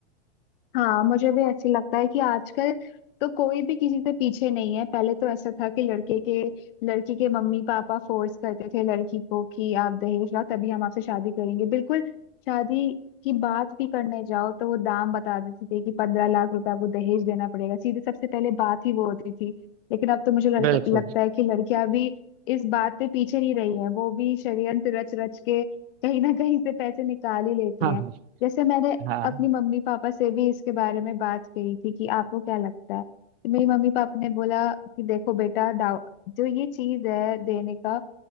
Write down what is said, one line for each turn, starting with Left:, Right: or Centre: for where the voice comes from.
Left: हाँ मुझे भी ऐसे लगता है कि आजकल तो कोई भी किसी से पीछे नहीं है पहले तो ऐसा था कि लड़के के लड़की के मम्मी पापा फोर्स करते थे लड़की को कि आप दहेज लाओ तभी हम आपसे शादी करेंगे बिल्कुल शादी की बात भी करने जाओ तो वो दाम बता देते थे कि पंद्रह लाख रुपए आपको दहेज देना पड़ेगा सीधे सबसे पहले बात ही वो होती थी लेकिन अब तो मुझे लड़का,
Right: बिल्कुल
Left: लगता है कि लड़कियां भी इस बात पे पीछे नहीं रही हैं वो भी षड्यंत्र रच रच के कहीं ना कहीं से पैसे निकाल ही लेती
Right: हाँ
Left: हैं
Right: हाँ
Left: जैसे मैंने
Right: हाँ
Left: अपनी मम्मी पापा से भी इसके बारे में बात करी थी कि आपको क्या लगता है तो मेरी मम्मी पापा ने बोला कि देखो बेटा दाव जो ये चीज है देने का